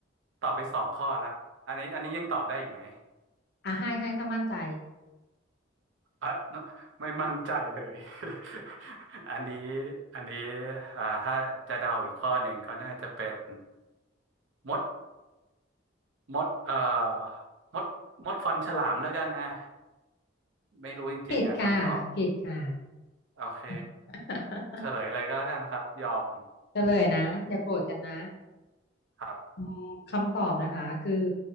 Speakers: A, on the right; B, on the left.
A: ตอบไปสองข้อละอันนี้ อันนี้ยังตอบได้อีกไหม
B: อ่าให้ให้ถ้ามั่นใจ
A: เอะไม่มั่นใจเลย <laughs> อันนี้ อันนี้อ่าถ้าจะเดาอีกข้อหนึ่งก็น่าจะเป็นมด มดเอ่อมดมดฟันฉลามแล้วกันอ่ะ ไม่รู้จริงๆอ่ะคำตอบ
B: ผิดค่ะผิดค่ะ
A: โอเค
B: <laughs>
A: เฉลยเลยก็แล้วกันครับยอม
B: เฉลยนะ อย่าโกรธกันนะ
A: ครับ
B: อืมคำตอบนะคะคือ